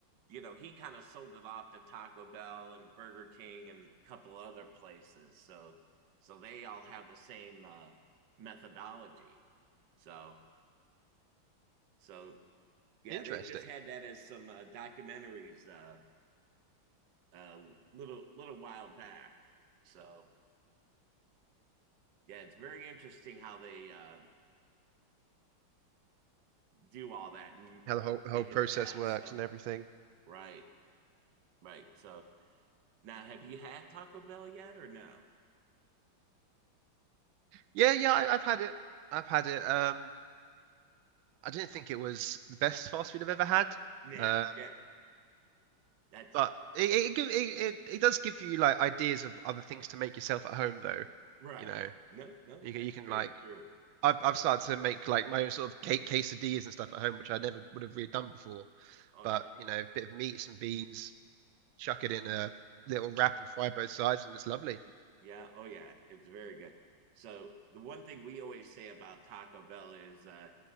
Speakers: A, on the right; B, on the right.
A: you know, he kind of sold it off to Taco Bell and Burger King and a couple other places. So so they all have the same uh, methodology. So so yeah,
B: Interesting.
A: they just had that as some uh, documentaries uh, a little little while back. So yeah, it's very interesting how they uh, do all that and
B: How the whole whole
A: make
B: process
A: it fast.
B: works
A: So
B: and everything.
A: right, right. So now, have you had Taco Bell yet or no?
B: Yeah, yeah, I, I've had it. I've had it. Um, I didn't think it was the best fast food I've ever had.
A: Yeah,
B: Um,
A: yeah. That's
B: but it it give- it, it, it does give you like ideas of other things to make yourself at home though.
A: right.
B: You know,
A: No, no,
B: you
A: that's
B: can you can
A: very
B: like
A: true.
B: I've I've started to make like my own sort of cake quesadillas and stuff at home, which I never would have really done before.
A: Oh
B: But
A: yeah,
B: you know, a bit of meat, some beans, chuck it in a little wrap and fry both sides, and it's lovely.
A: yeah. Oh yeah, it's very good. So the one thing we always say about Taco Bell is uh,